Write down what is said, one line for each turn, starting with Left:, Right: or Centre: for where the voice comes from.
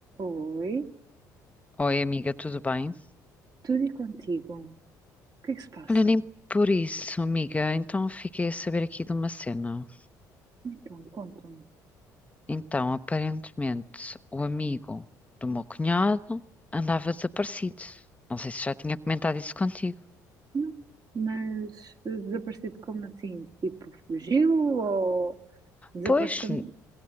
Right: Oi,
Left: Oi, amiga, tudo bem?
Right: tudo e contigo? O que é que se passa?
Left: Olha, nem por isso, amiga. Então, fiquei a saber aqui de uma cena.
Right: Então, conta me
Left: Então, aparentemente, o amigo do meu cunhado andava desaparecido. Não sei se já tinha comentado isso contigo.
Right: Não, mas eh, desaparecido como assim? Tipo, fugiu ou desapareceu?
Left: Pois, n-